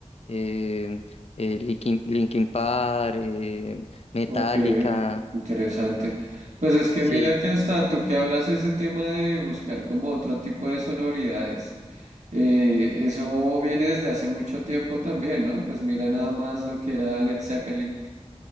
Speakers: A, on the left (about 60°); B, on the right (about 80°).
A: eh, eh, Linkin, Linkin Park, eh, Metallica,
B: ok, interesante. Pues es que
A: sí,
B: mira que hasta tú que hablas ese tema de buscar como otro tipo de sonoridades, eh, eso viene desde hace mucho tiempo también, ¿no? Pues mira nada más lo que era Led Zeppelin,